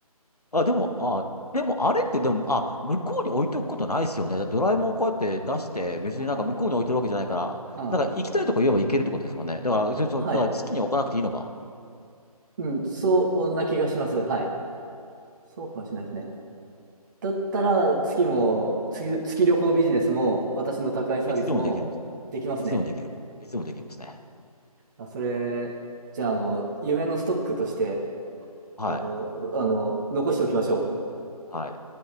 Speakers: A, on the left; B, on the right.
A: あ、でも、あ、でもあれってでも、あ、向こうに置いておくことないですよね。だってドラえもんをこうやって出して、別になんか向こうに置いてるわけじゃないから、
B: はい。はい。
A: なんか行きたいとこ言えば行けるってことですもんね。だから、そうそう、
B: はい。
A: だから月に置かなくていいのか。
B: うん、そんな気がします。はい。そうかもしれないですね。だったら、月も、月、月旅行ビジネスも、私の宅配サービスもできますね。
A: いつでもできる。うんいつでもできる。いつでもできますね。
B: あ、それ、じゃあ、あの、夢のストックとして、
A: はい。
B: あの、あの、残しておきましょう。
A: はい。